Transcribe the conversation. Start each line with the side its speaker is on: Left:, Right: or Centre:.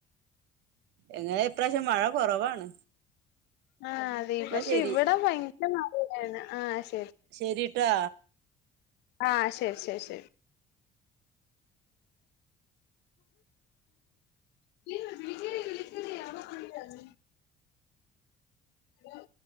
Right: എങ്ങനെ ഇപ്രാവശ്യം മഴ കുറവാണ്
Left: ആ അതെ
Right: എന്നാ
Left: പക്ഷെ
Right: ശരി
Left: ഇവിടെ ഭയ <unintelligible> ഒന്നും അറീലന്ന ആശ
Right: ശരിട്ടാ
Left: ആഹ് ശരി ശരി ശരി ശരി ഹലോ